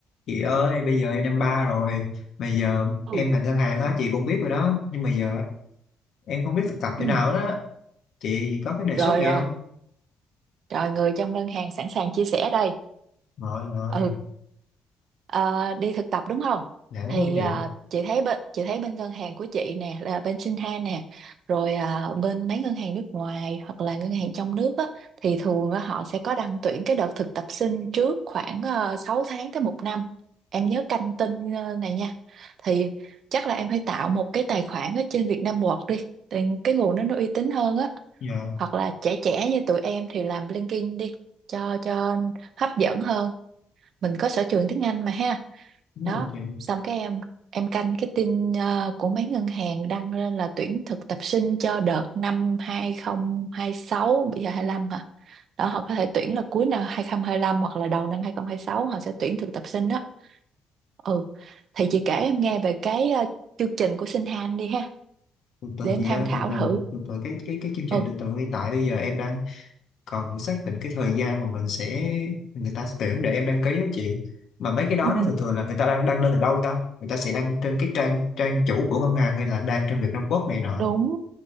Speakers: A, on the left; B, on the right.
A: chị ơi bây giờ em năm ba rồi mà giờ
B: Ừ.
A: em ngành ngân hàng á chị cũng biết rồi đó nhưng mà giờ em không biết thực tập
B: Ừ.
A: chỗ nào đó chị có cái đề
B: Rồi
A: xuất gì
B: rồi,
A: không
B: rồi người trong ngân hàng sẵn sàng chia sẻ đây.
A: rồi rồi
B: Ừ, Ờ, đi thực tập đúng không?
A: dạ đúng
B: Thì
A: rồi chị
B: ờ, chị thấy bên chị thấy bên ngân hàng của chị nè là bên Shinhan nè, rồi ờ, bên mấy ngân hàng nước ngoài hoặc là ngân hàng trong nước á thì thường á, họ sẽ có đăng tuyển cái đợt thực tập sinh trước khoảng uh, 6 tháng tới một năm. Em nhớ canh tin ờ, này nha. Thì chắc là em phải tạo một cái tài khoản ở trên Vietnam Work đi. Thì cái nguồn đó nó uy tín hơn á
A: dạ
B: hoặc là trẻ trẻ như tụi em thì làm LinkedIn đi cho cho hấp dẫn hơn mình có sở trường tiếng Anh mà ha
A: đúng
B: đó
A: rồi chị
B: xong cái em em canh cái tin ờ, của mấy ngân hàng đăng lên là tuyển thực tập sinh cho đợt năm hai không hai sáu bây giờ hai lăm hả đó họ có thể tuyển là cuối năm hai không hai lăm hoặc là đầu năm hai không hai sáu họ sẽ tuyển thực tập sinh đó ừ thì chị kể em nghe về cái ờ, chương trình của Sinh Han đi ha
A: từ từ
B: để em
A: chị
B: tham
A: ơi
B: khảo
A: từ từ
B: thử
A: từ từ cái cái cái chương trình
B: ừ
A: từ từ hiện tại bây giờ em đang còn xác định cái thời gian mà mình sẽ người ta sẽ tuyển để em đăng ký đó chị mà mấy cái đó
B: Ừ,
A: nó thường thường là người ta đang đăng lên ở đâu ta người ta sẽ đăng trên cái trang trang chủ của ngân hàng hay là đăng trên Việt Nam Quốc này nọ
B: đúng